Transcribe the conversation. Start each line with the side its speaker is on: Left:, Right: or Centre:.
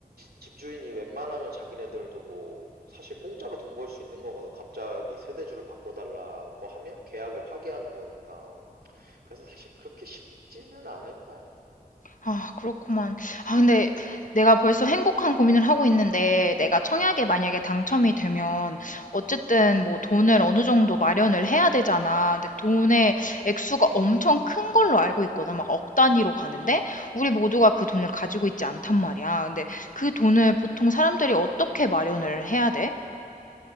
Right: 집주인이 웬만하면 자기네들도 뭐 사실 공짜로 돈 벌 수 있는 거거든. 갑자기 세대주를 바꿔달라고 하면 계약을 파기하는 거니까. 그래서 사실 그렇게 쉽지는 않을 거야.
Left: 아, 그렇구만. 아, 근데 내가 벌써 행복한 고민을 하고 있는데, 내가 청약에 만약에 당첨이 되면, 어쨌든 뭐 돈을 어느 정도 마련을 해야 되잖아. 근데 돈의 액수가 엄청 큰 걸로 알고 있거든. 막 억 단위로 가는데, 우리 모두가 그 돈을 가지고 있지 않단 말이야. 근데 그 돈을 보통 사람들이 어떻게 마련을 해야 돼?